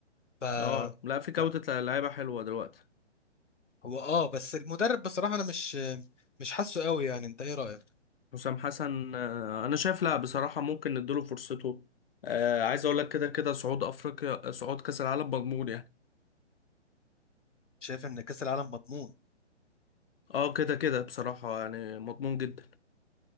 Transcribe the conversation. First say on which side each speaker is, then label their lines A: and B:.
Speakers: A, on the left (about 85°); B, on the left (about 55°).
A: ف
B: اه لا في جوده
A: ف-
B: لعيبه حلوه دلوقتي
A: هو اه بس المدرب بصراحة انا مش مش حاسه قوي يعني انت ايه رأيك
B: حسام حسن آه، انا شايف لا بصراحه ممكن نديله فرصته آه عايز اقول لك كده كده صعود افريقيا صعود كاس العالم مضمون يعني
A: شايف ان كأس العالم مضمون
B: اه كده كده بصراحه يعني مضمون جدا